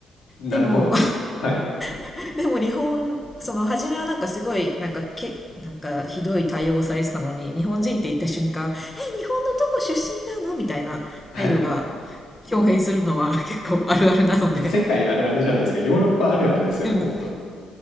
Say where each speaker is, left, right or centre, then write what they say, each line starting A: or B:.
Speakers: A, on the left; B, on the left.
A: なるほど。
B: でも
A: はい。
B: <laughs> でも日本その初めはなんかすごいなんかけなんかひどい対応をされてたのに日本人って言った瞬間「え日本のどこ出身なの?」みたいな態度が
A: はい。
B: 表現するのは結構あるあるなので
A: 世界あるあるじゃないですか。ヨーロッパあるあるですよね、
B: うん
A: 本当